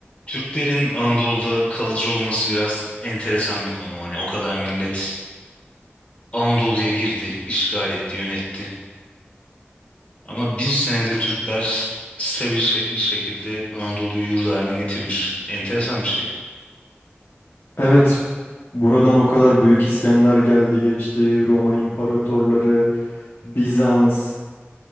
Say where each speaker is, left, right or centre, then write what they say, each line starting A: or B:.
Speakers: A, on the left; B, on the left.
A: Türklerin Anadolu'da kalıcı olması biraz enteresan bir konu. Hani o kadar millet Anadolu'ya girdi, işgal etti, yönetti. Ama bin senedir Türkler stabil şe- bir şekilde Anadolu'yu yurdu haline getirmiş. Enteresan bir şey.
B: Evet, buradan o kadar Büyük İskender geldi geçti, Roma imparatorları, Bizans,